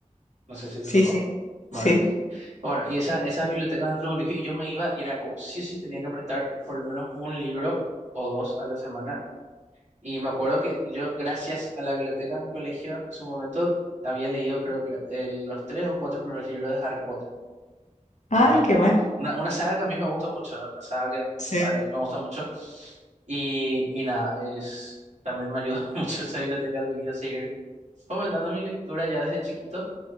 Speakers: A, on the right; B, on the left.
A: no sé si te
B: Sí,
A: tocó.
B: sí,
A: Bueno,
B: sí.
A: bueno, y esa, esas bibliotecas dentro del colegio, y yo me iba y era como sí o sí tenía que prestar por lo menos un libro o dos a la semana Y me acuerdo que yo, gracias a la biblioteca de mi colegio, en su momento había leído, creo que era, eh, los tres o cuatro primeros libros de Harry Potter, que
B: Ah,
A: era uno-
B: qué bueno.
A: una, una saga que a mí me gustó mucho, eh, una saga que
B: Sí.
A: la verdad que me gusta mucho. Y, y nada, es, también me ayudó <laughs> mucho esa biblioteca al que quería seguir fomentando mi lectura ya desde chiquito,